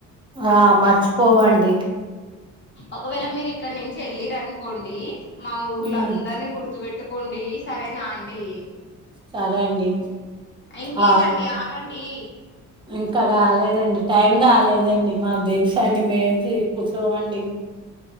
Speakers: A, on the right; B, on the left.
A: ఆ మర్చిపోవండి
B: ఒకవేళ మీరిక్కడ్నించి ఎళ్ళిర్రు అనుకోండి. మా ఊర్లో
A: ఉమ్
B: అందర్నీ గుర్తుపెట్టుకోండి సరేనా అండి
A: సరే అండి
B: ఇంకేందండి
A: ఆ
B: ఆగండి
A: ఇంక కాలేదండి టైమ్ కాలేదండి మాక్ దెల్సా అండి మే చేస్కుటం అండి